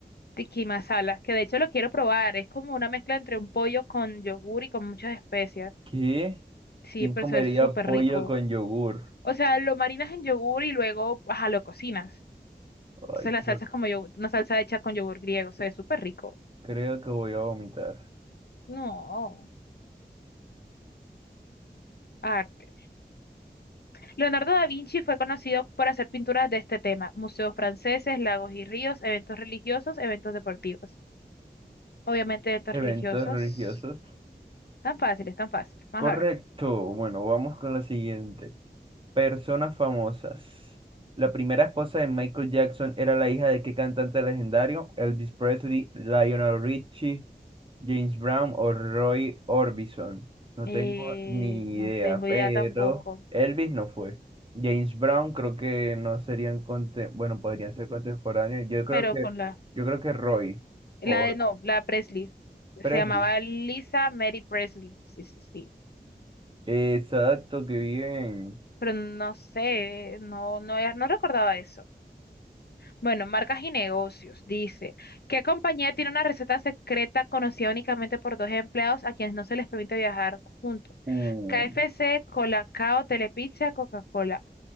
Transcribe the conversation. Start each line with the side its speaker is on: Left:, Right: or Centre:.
Left: tiki masala, que de hecho lo quiero probar, es como una mezcla entre un pollo con yogur y con muchas especias.
Right: ¿Qué?
Left: Sí,
Right: ¿Quién
Left: pero
Right: comería
Left: eso es súper
Right: pollo
Left: rico.
Right: con yogur?
Left: O sea, lo marinas en yogur y luego, ajá, lo cocinas.
Right: Ay,
Left: Entonces la
Right: creo,
Left: salsa es como yogur, una salsa hecha con yogur griego, se ve súper rico.
Right: creo que voy a vomitar.
Left: No, arte. Leonardo da Vinci fue conocido por hacer pinturas de este tema, museos franceses, lagos y ríos, eventos religiosos, eventos deportivos. Obviamente eventos
Right: Eventos
Left: religiosos.
Right: religiosos.
Left: Tan fáciles, tan fáciles. Vamos
Right: Correcto.
Left: a ver.
Right: Bueno, vamos con la siguiente. Personas famosas. La primera esposa de Michael Jackson era la hija de qué cantante legendario? Elvis Presley, Lionel Richie, James Brown o Roy Orbison. No
Left: Eh,
Right: tengo ni
Left: no
Right: idea,
Left: tengo
Right: pero
Left: idea tampoco,
Right: Elvis no fue. James Brown creo que no serían conte- bueno, podrían ser contemporáneos. Yo creo
Left: pero
Right: que
Left: con la,
Right: yo creo que Roy
Left: la
Right: o
Left: de, no, la Presley.
Right: Presley.
Left: Se llamaba Lisa Mary Presley. Sí, sí, sí.
Right: Exacto, qué bien.
Left: Pero no sé, no, no, no recordaba eso. Bueno, marcas y negocios. Dice, ¿qué compañía tiene una receta secreta conocida únicamente por dos empleados a quienes no se les permite viajar juntos?
Right: Uh,
Left: KFC, Colacao, Telepizza, Coca-Cola.